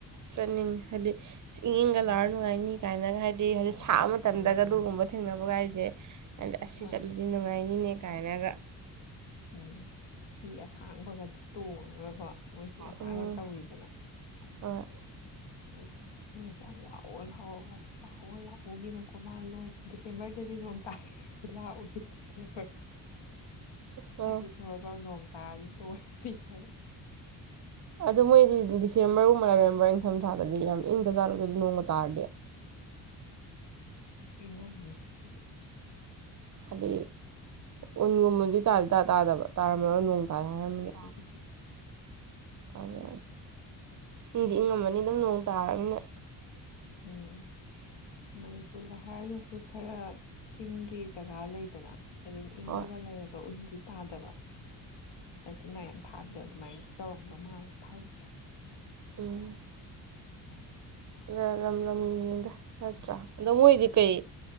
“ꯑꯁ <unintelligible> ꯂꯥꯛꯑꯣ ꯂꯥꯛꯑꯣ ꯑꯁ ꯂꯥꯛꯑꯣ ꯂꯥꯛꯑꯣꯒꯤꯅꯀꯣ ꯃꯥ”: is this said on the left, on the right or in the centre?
Left